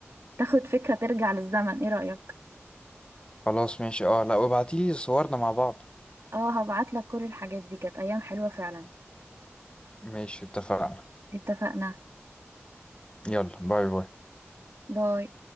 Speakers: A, on the right; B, on the left.
A: تاخد فكرة ترجع للزمن إيه رأيك؟
B: خلاص ماشي اه لا وابعتيلي صورنا مع بعض
A: اه هبعت لك كل الحاجات دي كانت أيام حلوة فعلا
B: ماشي اتفقنا
A: اتفقنا
B: يلا باي باي
A: باي